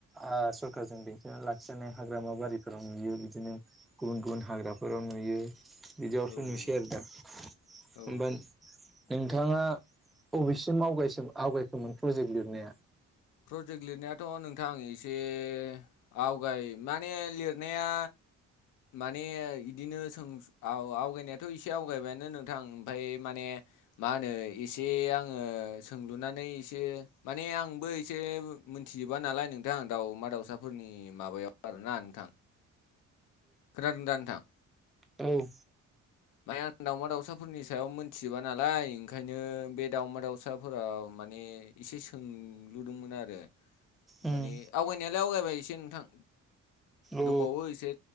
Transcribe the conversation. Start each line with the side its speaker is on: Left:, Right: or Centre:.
Centre: आ सरखारजों बेंथिना लाखिजानाय हाग्रा नबारिफ्राव नुयो बिदिनो गुबुन गुबुन हाग्राफोराव नुयो। बिदियावसो
Left: औ
Centre: नुसै आरो दा होमबा
Left: औ
Centre: नोंथाङा अबेसिम आवगायसेम आवगायखोमोन प्रजेक्ट लिरनाया?
Left: प्रजेक्ट लिरनायाथ' नोंथां एसे आवगाय माने लिरनाया। माने इदिनो सों आव आवगायनायाथ' एसे आवगायबायानो नोंथां ओमफाय माने मा होनो एसे आङो सोंलुनानै एसे माने आंबो एसे मिनथिजोबा नालाय नोंथां दाउमा दाउसाफोरनि माबायाव आरोना नोंथां। खोनादों दा नोंथां
Centre: औ औ।
Left: माने आं दावमा दाउसाफोरनि सायाव मोनथिजोबा नालाय ओंखायनो बे दाउमा दाउसाफोराव माने ने इसे सोंलुदोंमोन आरो
Centre: उम
Left: माने आवगायनायालाय आवगायबाय एसे नोंथां
Centre: औ
Left: दंबावो एसे।